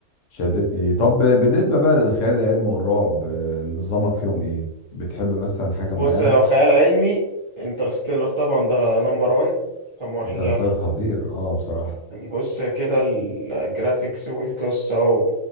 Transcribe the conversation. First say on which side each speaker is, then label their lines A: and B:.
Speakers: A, on the left; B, on the right.
A: شدتني طب بالنسبة بقى للخيال العلمي والرعب آه، نظامك فيهم إيه؟ بتحب مثلا حاجة
B: بص
A: معينة؟
B: لو خيال علمي انترستيلر طبعا ده نمبر وان رقم واحد
A: انترستيلر
B: يعني
A: خطير اه بصراحة
B: يعني بص كده الجرافيكس والقصة و...